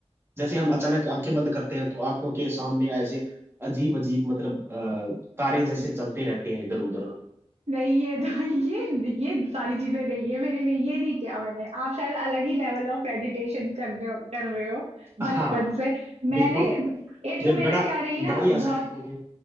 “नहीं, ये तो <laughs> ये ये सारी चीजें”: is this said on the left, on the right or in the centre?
Right